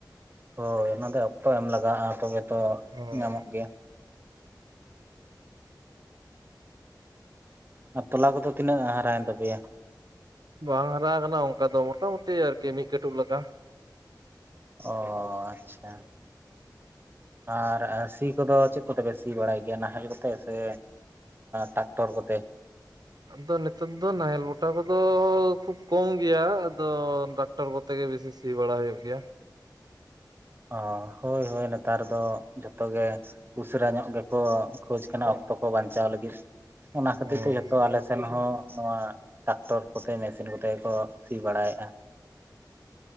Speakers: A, on the right; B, on the right.
A: ᱦᱳᱭ ᱚᱱᱟ ᱫᱚ ᱚᱠᱛᱚ ᱮᱢ ᱞᱟᱜᱟᱜᱼᱟ ᱛᱚᱵᱮ ᱛᱚ
B: ᱦᱳᱭ
A: ᱧᱟᱢᱚᱜ ᱜᱮᱭᱟ᱾ ᱟᱨ ᱛᱚᱞᱟ ᱠᱚᱫᱚ ᱛᱤᱱᱟᱹᱜ ᱦᱟᱨᱟᱭᱮᱱ ᱛᱟᱯᱮᱭᱟ?
B: ᱵᱟᱝ ᱦᱟᱨᱟ ᱟᱠᱟᱱᱟ ᱚᱱᱠᱟ ᱫᱚ ᱢᱚᱴᱟ ᱢᱩᱴᱤ ᱟᱨᱠᱤ ᱢᱤᱫ ᱠᱟᱹᱴᱩᱵ ᱞᱮᱠᱟ᱾
A: ᱚ ᱟᱪᱪᱷᱟ ᱟᱨ ᱥᱤ ᱠᱚᱫᱚ ᱪᱮᱫ ᱠᱚᱛᱮᱯᱮ ᱥᱤ ᱵᱟᱲᱟᱭ ᱜᱮᱭᱟ ᱱᱟᱦᱮᱞ ᱠᱚᱛᱮ ᱥᱮ, ᱴᱟᱠᱴᱚᱨ ᱠᱚᱛᱮ?
B: ᱟᱫᱚ ᱱᱮᱛᱳᱜ ᱫᱚ ᱱᱟᱦᱮᱞ ᱜᱚᱴᱟ ᱠᱚᱫᱚ ᱠᱷᱩᱵ ᱠᱚᱢ ᱜᱮᱭᱟ᱾ ᱫᱚ ᱴᱟᱠᱴᱚᱨ ᱠᱚᱛᱮ ᱜᱮ ᱵᱤᱥᱤ ᱥᱤ ᱵᱟᱲᱟ ᱦᱩᱭᱩᱜ ᱜᱮᱭᱟ᱾
A: ᱚ ᱦᱳᱭ ᱦᱳᱭ ᱱᱮᱛᱟᱨ ᱫᱚ ᱡᱚᱛᱚ ᱜᱮ ᱩᱥᱟᱹᱨᱟ ᱧᱚᱜ ᱜᱮᱠᱚ ᱠᱷᱡᱽ ᱠᱟᱱᱟ ᱚᱠᱛᱚ ᱠᱚ ᱵᱟᱧᱪᱟᱣ ᱞᱟᱹᱜᱤᱫ ᱚᱱᱟ ᱠᱷᱟᱹᱛᱤᱨ
B: ᱦᱳᱭ
A: ᱛᱮ ᱡᱚᱛᱚ ᱟᱞ ᱥᱮᱫ ᱥᱮᱱ ᱦᱚᱸᱚᱸ ᱱᱚᱣᱟ ᱴᱟᱠᱴᱚᱨ ᱠᱚᱛᱮ ᱢᱮᱥᱤᱱ ᱠᱚᱛᱮ ᱠᱚ ᱥᱤ ᱵᱟᱲᱟᱭᱮᱫᱼᱟ᱾